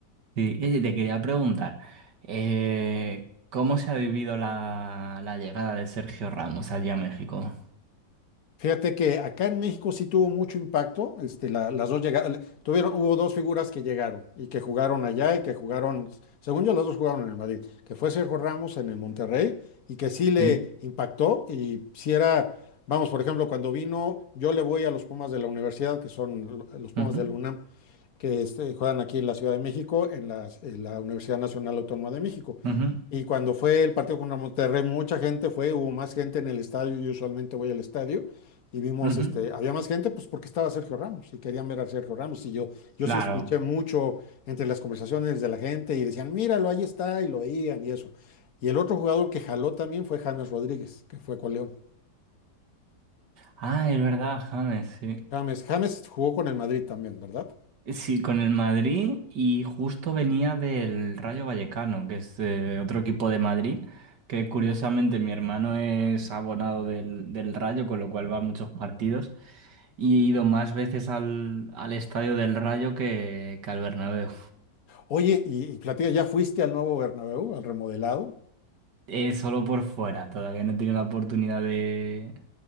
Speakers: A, on the right; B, on the left.
A: Sí, y oye, te quería preguntar, eh, ¿cómo se ha vivido la, la llegada de Sergio Ramos allí a México?
B: Fíjate que acá en México sí tuvo mucho impacto. Este, la- las dos llegaron, tuvieron, hubo dos figuras que llegaron y que jugaron allá y que jugaron, según yo, las dos jugaron en el Madrid, que fue Sergio Ramos en el Monterrey y que sí le
A: Sí.
B: impactó y si era, vamos, por ejemplo, cuando vino, yo le voy a los Pumas de la universidad, que son lo- los Pumas
A: Ujú,
B: del UNAM, que este, juegan aquí en la Ciudad de México, en las- en la, Universidad Nacional Autónoma de México.
A: ujú,
B: Y cuando fue el partido contra Monterrey, mucha gente fue, hubo más gente en el estadio, yo usualmente voy al estadio, y vimos,
A: ujú.
B: este, había más gente, pues porque estaba Sergio Ramos, y querían ver a Sergio Ramos, y yo, yo
A: Claro.
B: sí escuché mucho entre las conversaciones de la gente, y decían, míralo, ahí está, y lo veían, y eso. Y el otro jugador que jaló también fue James Rodríguez, que fue con León.
A: Ah, es verdad, James, sí.
B: James, James jugó con el Madrid también, ¿verdad?
A: Sí, con el Madrid y justo venía del Rayo Vallecano, que es eh, otro equipo de Madrid, que curiosamente mi hermano es abonado del, del Rayo, con lo cual va a muchos partidos y he ido más veces al, al estadio del Rayo que, que al Bernabéu.
B: Oye, y, y platica, ¿ya fuiste al nuevo Bernabéu, al remodelado?
A: Eh, solo por fuera, todavía no tiene la oportunidad de